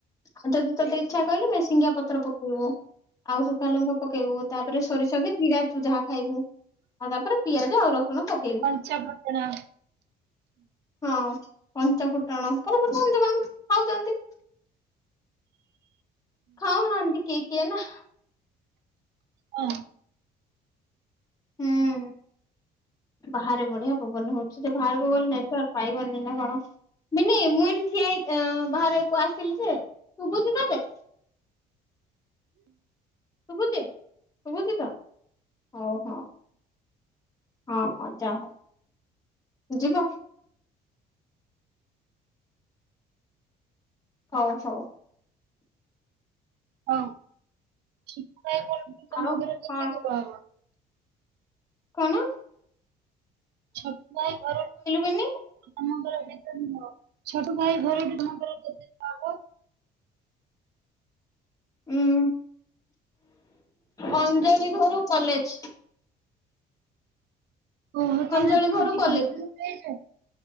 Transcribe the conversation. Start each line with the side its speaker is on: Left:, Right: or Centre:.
Left: ଆଉ ଯଦି ତୋତେ ଇଚ୍ଛା କହିଲୁ ମେ ସିଙ୍ଗା ପତ୍ର ପକେଇବୁ। ଆଉ ସୁଖା ଲଙ୍କ ପକେଇବୁ। ତାପରେ ସୋରିଷଙ୍କେ ଜିରା ତୁ ଯାହା ଖାଇବୁ ଆଉ ତାପରେ ପିଆଜ ଆଉ ରସୁଣ ପ
Right: ପଞ୍ଚ ପଟଣା
Left: ହଁ ପଞ୍ଚ ଫୁଟଣ <unintelligible> ଖାଉଛନ୍ତି। ଖାଉନହାନ୍ତି କେ କି ନା।
Right: ହଁ
Left: ହୁଁ, ବାହାରେ ବଢିଆ ପବନ ହଉଛି ସେ ବାହାରକୁ ଗଲେ ନେଚର ପାଇବାରନି ନା କଣ? ନି ମୁଁ ଏଠି ିଆ ବାହାରେ ଆସିଲି ଯେ ଶୁଭୁଛି ତତେ? ଶୁଭୁଛି ଶୁଭୁଛି ତ? ହଉ ହଁ ହଁ ମଁ ଯା ହ ଯିବ? ହଉ ହଉ
Right: ହଁ ଠ ତମ
Left: ଆଉ
Right: ଘରେ କେତ
Left: କଣ
Right: <unintelligible>
Left: କନ?
Right: ଛୋଟ ଭାଇ ଘର
Left: ବିନି
Right: ତମ ଘର କେତେ ଦୂର ହବ? ଛଟ ଭାଇ ଘରେଠୁ ତମ ଘର କେତେ ଦୂର ହବ?
Left: ଉଁ ଅଞ୍ଜଳି ଘରୁ କଲେଜ।
Right: ଓହୋ ତାହେଲେ
Left: ଅଞ୍ଜଳି
Right: ତମର
Left: ଘରୁ
Right: ଟିକେ
Left: କଲେଜ
Right: ଭିତରେ ହେଇଛ?